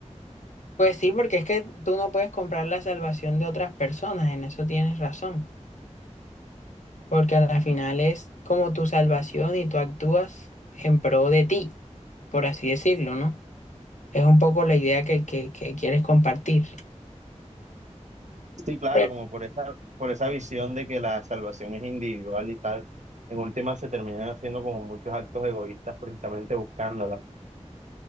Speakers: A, on the left; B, on the right.
A: Pues sí, porque es que tú no puedes comprar la salvación de otras personas, en eso tienes razón. porque a la final es como tu salvación y tú actúas en pro de ti, por así decirlo, ¿no? Es un poco la idea que, que, que quieres compartir.
B: Sí, claro,
A: Pero
B: como por esa, por esa visión de que la salvación es individual y tal, en última se terminan haciendo como muchos actos egoístas precisamente buscándola.